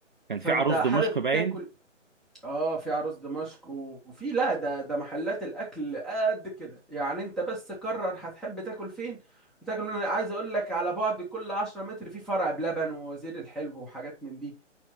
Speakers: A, on the right; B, in the centre.
A: كان
B: فانت
A: في عروس
B: حابب
A: دمشق باين
B: تاكل اه في عروس دمشق وفي لا ده ده محلات الاكل قد كده يعني انت بس قرر هتحب تاكل فين وتاكل من انا عايز اقول لك على بعد كل 10 متر في فرع بلبن ووزير الحلو وحاجات من دي